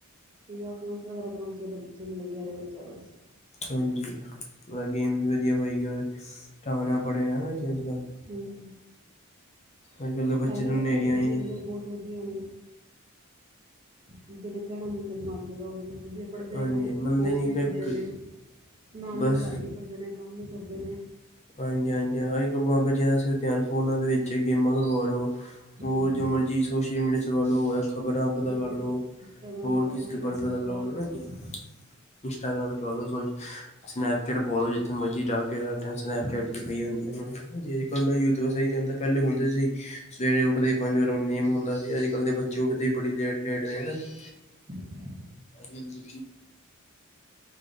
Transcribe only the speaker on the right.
ਸ ਵਗੈਰਾ ਰਖਣਾ ਚਾਹੀਦਾ ਬੱਚੇ ਨੂੰ ਲੱਗਿਆ ਰਿਹਾ ਬੱਚਾ ਬਸ।
ਹਮ
ਹੈਗੇ
ਨੇ
ਕਈ ਬੱਚੇ
ਜਿਹੜੇ ਬਹੁਤ ਬਹੁਤ ਵਧੀਆ ਨੇ ਜਿਹੜੇ ਕਹਿਣਾ ਮੰਨਣ ਮਾਂ- ਪਿਉ ਦਾ ਉਹ ਬਹੁਤ ਵਧੀਆ। ਪੜ੍ਹਦੇ
ਨੇ
ਕੋਰਸ
ਵੀ
ਕਰਦੇ
ਨੇ। ਨਾਲ -ਨਾਲ
ਪੜ੍ਹਾਈ ਵੀ ਕਰਦੇ ਨੇ ਕੰਮ ਵੀ ਕਰਦੇ ਨੇ।
ਹੂੰ
ਇਹ
ਤੇ
ਇੰਸਟਾਗ੍ਰਾਮ
ਚਲਾ
ਲਓ ਫੇਸਬੁੱਕ
ਚਲਵਾ
ਲਓ
ਬਸ
ਹੂੰ
<inaudible>